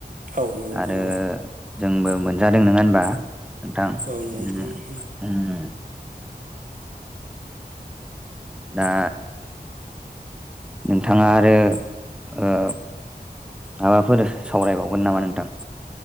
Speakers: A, on the right; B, in the centre.
A: औ नंगौ नोंथां
B: आरो
A: औ
B: जोंबो मोनजादों नङा होनबा? नोंथां
A: औ नंगौ
B: उम
A: नोंथां
B: उम दा नोंथाङा आरो ओ माबाफोर सावरायबावगोन नामा नोंथां?